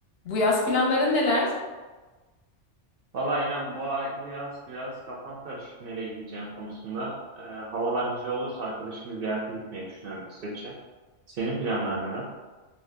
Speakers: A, on the left; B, on the right.
A: Bu yaz planların neler?
B: Valla İrem bu, ay, bu yaz biraz kafam karışık nereye gideceğim konusunda. Ee, havalar güzel olursa arkadaşımı ziyarete gitmeyi düşünüyorum İsveç'e. Senin planlar neler?